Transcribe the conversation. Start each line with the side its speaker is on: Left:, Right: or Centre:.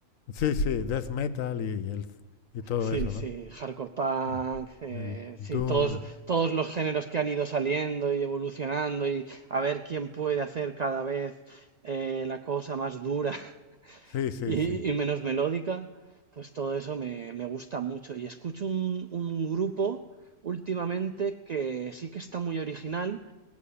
Left: sí, sí, death metal y, el, y todo
Right: Sí,
Left: eso,
Right: sí,
Left: ¿no?
Right: hardcore punk,
Left: Sí.
Right: eh,
Left: El doom,
Right: sí, todos, todos los géneros que han ido saliendo y evolucionando y a ver quién puede hacer cada vez eh, la cosa más dura <laughs>
Left: sí, sí,
Right: y,
Left: sí.
Right: y menos melódica, pues todo eso me, me gusta mucho. Y escucho un, un grupo últimamente que sí que está muy original,